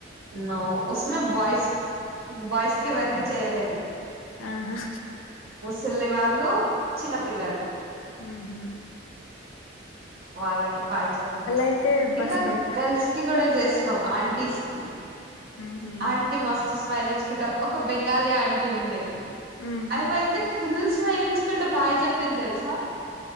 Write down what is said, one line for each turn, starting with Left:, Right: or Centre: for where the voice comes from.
Right: నో ఉసినవాయిస్ వాయిస్ కీ వరకు చేయలేదు
Left: ఆహా
Right: చెల్లి వాళ్ళు చిన్నపిల్లలు
Left: హ్మ్ హ్మ్
Right: వాళ్ళకి బాయ్ చెప్పుంట
Left: అయితే బస్
Right: ఇంకా
Left: బయట
Right: గర్ల్స్ కి కూడా చేస్తున్నాం ఆంటీ స్కి
Left: ఉహు
Right: ఆంటీ మస్తు స్మైల్ ఇచ్చుకుంటా ఒక బెంగాలీ ఆంటీ ఉండే
Left: ఉమ్
Right: అమైతే ఫుల్ స్మైల్ ఇచ్చుకుంటే బాయ్ చెప్పింది తెలుసా